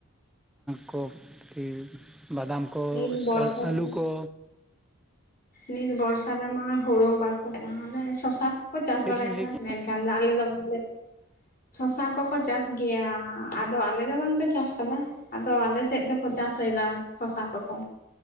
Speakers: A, in the centre; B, on the left.
A: ᱠᱚ ᱠᱤ ᱵᱟᱫᱟᱢ ᱠᱚ
B: ᱱᱤᱛ ᱵᱚᱨᱥᱟ ᱨᱮ
A: ᱟᱹᱞᱩ ᱠᱚ
B: ᱱᱤᱛ ᱵᱚᱨᱥᱟ ᱨᱮᱢᱟ ᱦᱩᱲᱩ ᱵᱟᱫ ᱠᱟᱛᱮᱫ ᱢᱟᱱᱮ ᱥᱚᱥᱟ ᱠᱚ ᱠᱚ ᱪᱟᱥ
A: ᱪᱮᱫ
B: ᱵᱟᱲᱟᱭ
A: ᱵᱤᱱ ᱞᱟᱹᱭ
B: ᱫᱟ
A: ᱠᱮᱫ
B: ᱢᱮᱱ <unintelligible> ᱥᱚᱥᱟ ᱠᱚ ᱠᱚ ᱪᱟᱥ ᱜᱮᱭᱟ, ᱟᱫᱚ ᱟᱞᱮ ᱫᱚ ᱵᱟᱝ ᱞᱮ ᱪᱟᱥ ᱟᱠᱟᱫᱟ᱾ ᱟᱫᱚ ᱟᱞᱮ ᱥᱮᱫ ᱫᱚ ᱠᱚ ᱪᱟᱥ ᱮᱫᱟ ᱥᱚᱥᱟ ᱠᱚ ᱠᱚ